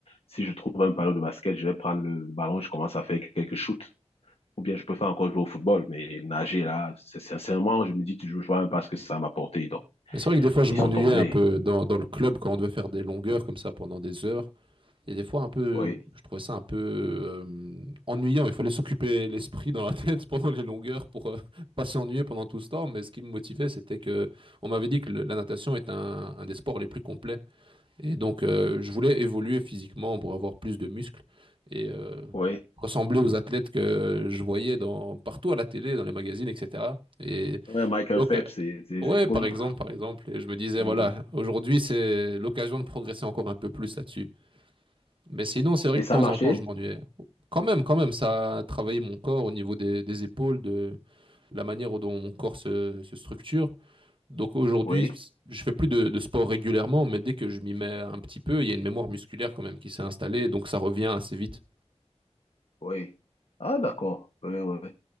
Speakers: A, on the left (about 60°); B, on the right (about 45°).
A: si je trouve un panneau de basket, je vais prendre le, le ballon, je commence à faire quelques shoots. Ou bien je peux faire encore jouer au football, mais nager là, c'est sincèrement, je me dis toujours, je vois même pas ce que ça m'a apporté, donc.
B: Mais c'est vrai que des fois, je
A: Ils
B: m'ennuyais
A: sont tombés.
B: un peu dans, dans le club quand on devait faire des longueurs comme ça pendant des heures. Et des fois, un peu,
A: Oui,
B: je trouvais ça un peu euh, ennuyant. Il fallait s'occuper l'esprit dans la tête <laughs> pendant les longueurs pour euh, pas s'ennuyer pendant tout ce temps. Mais ce qui me motivait, c'était que on m'avait dit que le- la natation est un, un des sports les plus complets. Et donc, euh, je voulais évoluer physiquement pour avoir plus de muscles et euh,
A: oui.
B: ressembler aux athlètes que je voyais dans, partout à la télé, dans les magazines, etc. Et
A: Ouais, Michael
B: donc,
A: Phelps,
B: euh,
A: c'est c'est les
B: ouais,
A: épaules.
B: par exemple, par exemple, et je me disais,
A: Mhm.
B: voilà, aujourd'hui, c'est l'occasion de progresser encore un peu plus là-dessus. Mais sinon, c'est vrai
A: Et
B: que
A: ça
B: de temps
A: a marché?
B: en temps, je m'ennuyais. Quand même, quand même, ça a travaillé mon corps au niveau des, des épaules, de la manière dont mon corps se, se structure. Donc aujourd'hui,
A: Oui,
B: je fais plus de, de sport régulièrement, mais dès que je m'y mets un petit peu, il y a une mémoire musculaire quand même qui s'est installée, donc ça revient assez vite.
A: oui. Ah, d'accord. Oui, oui. Ouais,